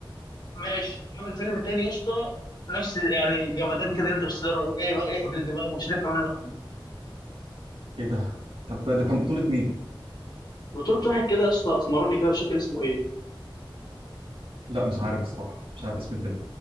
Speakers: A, on the left (about 55°); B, on the right (about 80°).
A: ماشي عمل فيلم تاني يا اسطى نفس يعني جمدان كده انترستيلر وايه بقى يهبل دماغ مش هتفهم منه حاجه
B: ايه ده طب ده كان بطوله مين
A: بطولة واحد كده يا اسطى اسمراني كده مش فاكر اسمه ايه
B: لا مش عارف بصراحه مش عارف اسم الفيلم